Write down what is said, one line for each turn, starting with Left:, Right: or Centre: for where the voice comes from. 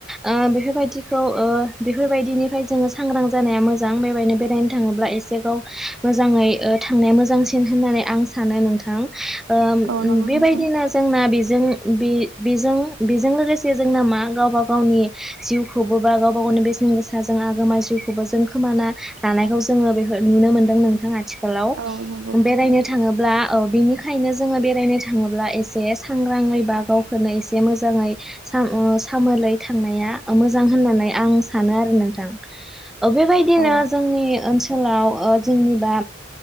Centre: ओ बेफोरबायदिखौ ओ बिफोरबायदिनिफाय जोंङो सांग्रां जानाया मोजां बेबायदिनो बेरायनो थांङोब्ला ए सेगाव मोजांङै ओ थांनाया मोजांसिन होननानै आं सानो नोंथां। ओम उम्म
Right: औ नंगौ
Centre: बेबायदिनो
Right: नोंथां
Centre: जोंना बिजों बि-बिजों बिजों लोगोसे जोंना मा गावबा गावनि जिउखौबो बा गावबा गावनि बेसे सिन गोसा जों आगोमा जिउखौबो जों खोमाना लानायखौ जोंङो बेफोर नुनो मोन्दों नोंथां आथि खालाव
Right: औ नंगौ नोंथां
Centre: बेरायनो थांङोब्ला औ बिनिखायनो जोंङो बेरायनो थांङोब्ला एसे सांग्रांङै बा गावखौनो एसे मोजाङै सा-सामोलै थांनाया मोजां होननानै आं सानो। आरो नोंथां ओ बेबायदिनो
Right: औ
Centre: जोंनि ओनसोलाव ओ जोंनिबा